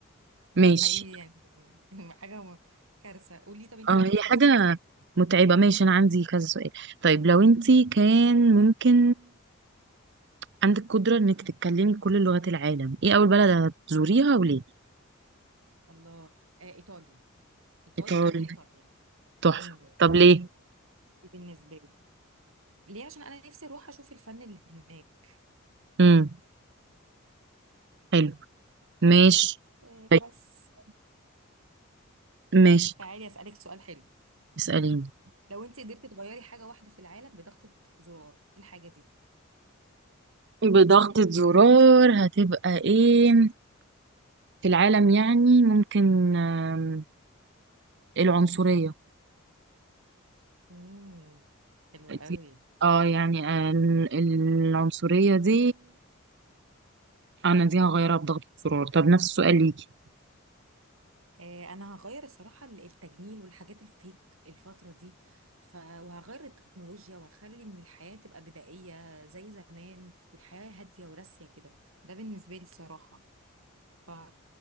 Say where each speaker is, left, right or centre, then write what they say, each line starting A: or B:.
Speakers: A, on the right; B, on the right.
A: ماشي
B: حقيقي يعني <laughs> حاجة م- كارثة قولي طب انت
A: اه
B: لو عندك
A: هي حاجة
B: أسئلة
A: متعبة ماشي انا عندي كذا سؤال طيب لو انتي كان ممكن عندك قدرة انك تتكلمي كل لغات العالم ايه اول بلد هتزوريها وليه
B: الله آه ايطالي ايطالي
A: إيطالي
B: اروح ايطاليا
A: تحفة
B: امم
A: طب ليه؟
B: دي بالنسبة لي ليه عشان انا نفسي اروح اشوف الفن اللي هناك
A: امم حلو ماشي
B: آه
A: طيب
B: بس
A: ماشي
B: تعالي اسألك سؤال حلو
A: اسأليني
B: لو انت قدرتي تغيري حاجة واحدة في العالم بضغطة زرار ايه الحاجة دي
A: بضغطة زرار هتبقى ايه في العالم يعني ممكن آم، العنصرية
B: امم حلوة قوي
A: دي- اه يعني آه، ال- العنصرية دي انا دي هغيرها بضغطة زرار طب نفس السؤال ليكي
B: آه، انا هغير الصراحه ال- التجميل والحاجات الفيك الفتره دي ف... وهغير التكنولوجيا وهخلي ان الحياه تبقى بدائيه زي زمان والحياه هاديه وراسيه كده ده بالنسبه لي الصراحه ف